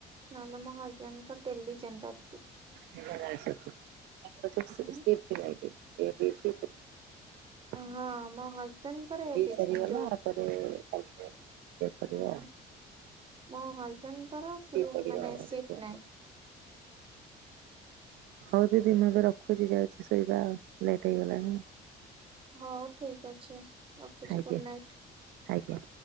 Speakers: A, on the right; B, on the right.
A: ନହେଲେ ମୋ ହଜବେଣ୍ଡଙ୍କ ଡେଲି ଜେନେରାଲ୍ ସିପ୍।
B: ସେମାନେ ଜାଣିଛନ୍ତି। ତାଙ୍କର ସବୁ ସି
A: ହୁଁ
B: ସିପିଟି ବାଇ ଡ୍ୟୁଟି ଏ ବି ସିପିଟି।
A: ହଁ ମୋ ହଜବେଣ୍ଡଙ୍କର ଏବେ
B: ବି ସରିଗଲା
A: ଯୋଉ
B: ଆରପରେ କାଲି ଠୁ। ଚେକ୍ କରିବା?
A: ହୁଁ ମୋ ହଜବେଣ୍ଡଙ୍କର ସିପ୍
B: ପଡିବ
A: ମାନେ
B: ଆଉ ଏମିତି
A: ସିଫ୍ଟ୍
B: ଆଉ।
A: ନାହିଁ।
B: ହଉ ଦିଦି ମୁଁ ଏବେ ରଖୁଛି। ଯାଉଛି ଶୋଇବା ଆଉ ଲେଟ୍ ହେଇଗଲାଣି।
A: ହଉ ଠିକ୍ ଅଛି। ରଖୁଛି
B: ଆଜ୍ଞା
A: ଗୁଡ୍ ନାଇଟ୍।
B: ଆଜ୍ଞା।